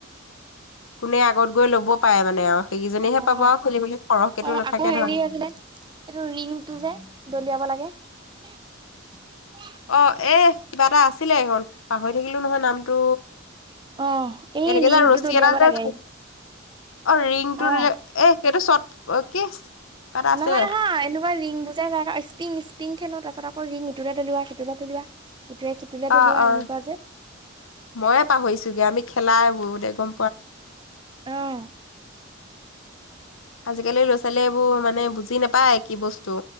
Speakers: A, on the left; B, on the right.
A: কোনে আগত গৈ ল'ব পাৰে মানে আৰু। সেইকেইজনীহে
B: হয়,
A: পাব আৰু খেলিবলৈ সৰহকেতো
B: অ,
A: নাথাকে
B: আকৌ হেৰি
A: ধৰা
B: আছিলে এইটো ৰিংটো যে দলিয়াব লাগে? অ।
A: অ, এ, কিবা এটা আছিলে হল পাহৰি থাকিলে নহয় নামটো,
B: অ'। এই
A: এনেকে
B: ৰিংটো
A: যোৰ ৰছী
B: দলিয়াব
A: এডাল যে
B: লাগে,
A: অ', ৰিংটো
B: অ'।
A: দিললে এ সেইটো চত, কি কিবা এটা আছিলে
B: নহয়, নহয় এনেকুৱা লৰিং যে, স্পিং-স্পিং খেলো, তাৰপাচত আকৌ ৰিং ইটোলৈ দলিওৱ সটো লৈ দলিওৱা ইটোৱে সিটোলে দলিওৱা
A: অ', অ,
B: সেনেকুৱা যে।
A: ময়ে পাহৰিছোগৈ আমি খেলাই বহুত একদম
B: আহ
A: আজিকালি ল'ৰা ছোৱালী এইবোৰ মানে বুজি নাপায় কি বস্তু